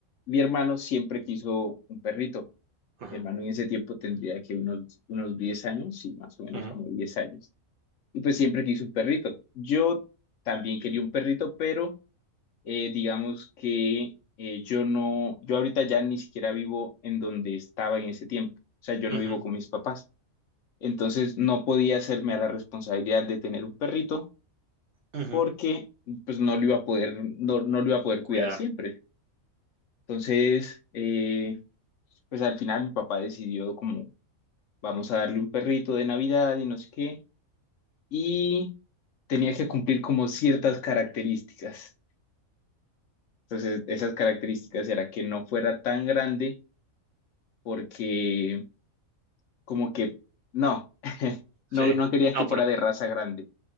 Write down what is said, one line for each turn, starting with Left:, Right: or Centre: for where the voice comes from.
Left: mi hermano siempre quiso un perrito.
Right: ajá,
Left: Mi hermano en ese tiempo tendría que unos, unos 10 años, sí, más o menos
Right: ujú,
Left: como 10 años. Y pues siempre quise un perrito. Yo también quería un perrito, pero eh, digamos que eh, yo no, yo ahorita ya ni siquiera vivo en donde estaba en ese tiempo. O sea, yo
Right: ujú,
Left: no vivo con mis papás. Entonces no podía hacerme a la responsabilidad de tener un perrito
Right: ujú.
Left: porque pues no lo iba a poder, no, no lo iba a poder
Right: Cuidar.
Left: cuidar siempre. Entonces, eh, pues al final mi papá decidió como vamos a darle un perrito de Navidad y no sé qué. Y tenía que cumplir como ciertas características. Entonces, esas características era que no fuera tan grande porque como que no, <laughs> no,
Right: Sí.
Left: no quería que
Right: No, porque
Left: fuera de raza grande.